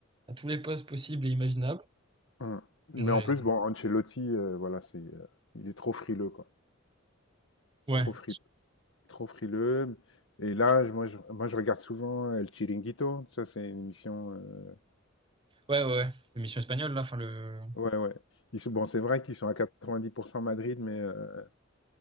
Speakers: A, on the right; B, on the left.
A: à tous les postes possibles et imaginables.
B: Hum. Mais
A: Ouais,
B: en plus, bon, Ancelotti, euh, voilà, c'est, euh, il est trop frileux, quoi.
A: ouais,
B: Trop frileux, trop frileux. Et là, je- moi, je, moi, je regarde souvent El Chiringuito. Ça, c'est une émission. euh,
A: ouais, ouais. ouais. L'émission espagnole, là, enfin le,
B: Ouais, ouais. Ils sont- bon, c'est vrai qu'ils sont à 90% Madrid, mais euh,